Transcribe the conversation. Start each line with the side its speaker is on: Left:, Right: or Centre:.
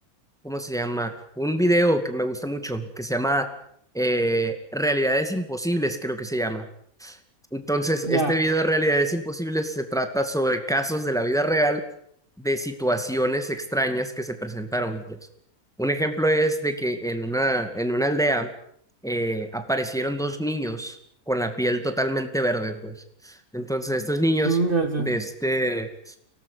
Centre: ¿cómo se llama? Un video que me gusta mucho, que se llama eh, Realidades Imposibles, creo que se llama. Entonces,
Right: Ya.
Centre: este video de Realidades Imposibles se trata sobre casos de la vida real de situaciones extrañas que se presentaron. pues. Un ejemplo es de que en una, en una aldea eh, aparecieron dos niños con la piel totalmente verde, pues. Entonces, estos niños
Right: Mm, ya sé.
Centre: de este